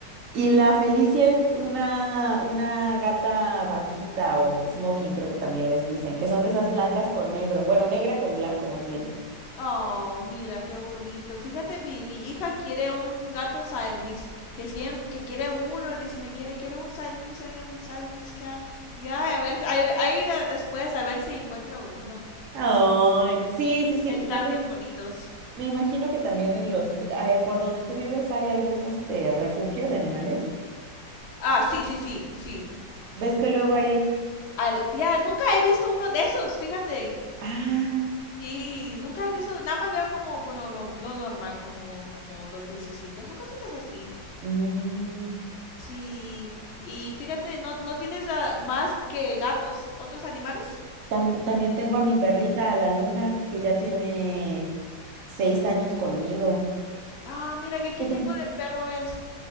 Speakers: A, on the right; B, on the left.
A: Y la Felicia es una, una gata vaquita o smoking, creo que también les dicen, que son de esas blancas con negro, bueno, negra con blanco más bien.
B: Oh, mira, qué bonito. Fíjate, mi, mi hija quiere un gato Siamese, que siempre, que quiere uno, y dice, me quiere, quiere un Siamese, oye, Siamese cat. Y ay, a ver, ahí, ahí de- después a ver si encuentro uno.
A: Ay, sí, sí, sí,
B: Están
A: también
B: bien bonitos.
A: me imagino que también en los, de- eh, por donde tú vives hay algún este refugio de animales.
B: Ah, sí, sí, sí, sí.
A: ¿Ves que luego hay?
B: Al- ya, nunca he visto uno de esos, fíjate.
A: Ah,
B: Sí, nunca he visto, nada más veo como bueno, lo, lo normal, como, como los grisecitos o cositas así.
A: mm,
B: Sí, y fíjate, ¿no, no tienes ah, más que gatos, otros animales?
A: tan- también tengo a mi perrita, a la Luna, que ya tiene seis años conmigo.
B: Ah, mira, ¿qué, qué
A: ¿Tú
B: tipo
A: también?
B: de perro es?